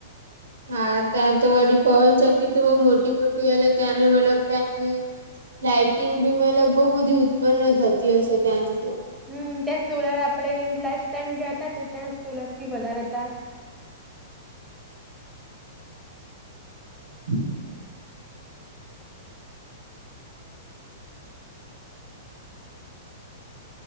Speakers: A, on the right; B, in the centre.
A: હા ત્યાં તો વડી પવન ચકી તો બહુ મોટી મોટી હલે ત્યાં મતલબ ત્યાં તો લાાઈટિંગ બી મતલબ બઉુ બધી ઉત્પન્ન થતી હશે ત્યાંથી તો
B: હમ ત્યાં સોલાર આપડે લાસ્ટ ટાઈમ ગયા હતા ત્યાં સોલાર બી વધારે હતા.
A: <unintelligible>